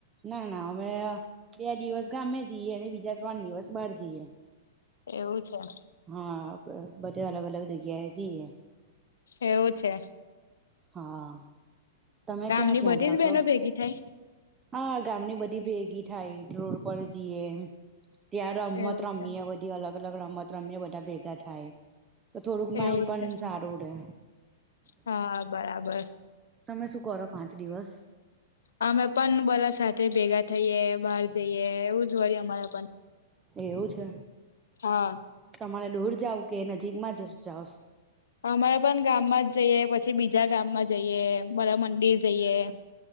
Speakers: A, on the right (about 20°); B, on the left (about 80°).
A: ના-ના, અમે અ બે દિવસ ગામે જઈએ અને બીજા ત્રણ દિવસ બહાર જઈએ.
B: એવું છે, એમ
A: હા, બધે અલગ-અલગ જગ્યાએ જઈએ.
B: એવું છે.
A: હા, તમે
B: ગામની
A: ક્યાં-ક્યાં
B: બધી
A: જાઓ
B: જ બહેનો
A: છો?
B: ભેગી થાય
A: હા, ગામની બધી ભેગી થાય, રોડ પર જઈએ ને ત્યાં રમત
B: એવું
A: રમીએ
B: છે
A: બધી અલગ-અલગ રમત રમીએ, બધા ભેગા થાય. તો થોડુંક માઈન્ડ
B: એવું
A: પણ
B: છે
A: સારું રે
B: હા, બરાબર
A: તમે શું કરો? પાંચ દિવસ
B: અમે પણ બધા સાથે ભેગા થઈએ, બાર જઈએ, એવું જ હોય અમારે પણ
A: એવું છે
B: હા
A: તમારે દૂર જાવ કે નજીકમાં જ જાઓ
B: અમારે પણ ગામમાં જઈએ, પછી બીજા ગામમાં જઈએ, મારા મંદિર જઈએ.